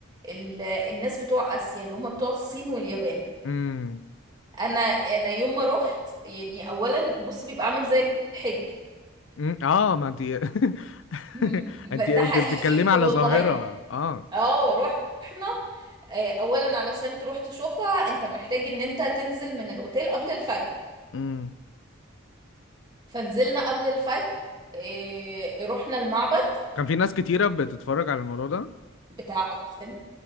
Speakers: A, on the right; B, on the left.
A: ال- الناس بتوع اسيا اللي هم بتوع الصين واليابان
B: امم
A: انا انا يوم ما رحت يعني اولا بص بيبقى عامل زي الحج
B: أمم، اه ما انت <laughs>
A: <laughs>
B: انت انت
A: ده حقيقي
B: بتتكلمي على
A: والله
B: ظاهرة اه
A: اه رحنا آه، اولا علشان تروح تشوفها انت محتاج ان انت تنزل من الاوتيل قبل الفجر
B: امم
A: فنزلنا قبل الفجر إيه رحنا المعبد
B: كان في ناس كتيرة بتتفرج على الموضوع ده
A: بتاع ابو سمبل